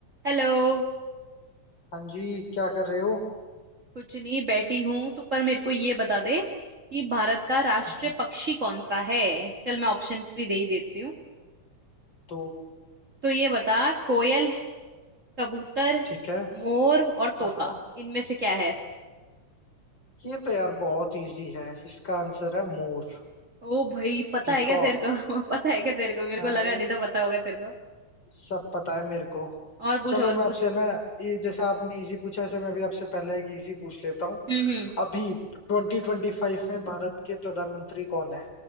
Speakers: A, on the right; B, on the left.
A: Hello
B: हाँ जी क्या कर रहे हो
A: कुछ नहीं बैठी हूं तू पर मेरे को ये बता दे कि भारत का राष्ट्रीय
B: हम्म।
A: पक्षी कौन सा है चल मैं ऑप्शंस भी दे ही देती हूँ
B: तो
A: तो ये बता कोयल कबूतर
B: ठीक है
A: मोर और तोता
B: हाँ हाँ
A: इनमें से क्या है
B: ये तो यार बहुत इजी है इसका आंसर है मोर
A: ओ भाई पता
B: पीकॉक
A: है क्या तेरे को <laughs> पता है क्या तेरे को मेरे
B: अरे
A: को लगा नहीं था पता होगा तेरे को
B: सब पता है मेरे को
A: और पूछ
B: चलो
A: और
B: मैं
A: पूछ
B: आपसे ना ये जैसे आपने इजी पूछा ऐसे मैं भी आपसे पहले एक इजी पूछ लेता हूँ
A: हम्म हम्म
B: अभी ट्वेंटी ट्वेंटी फाइव में भारत के प्रधानमंत्री कौन है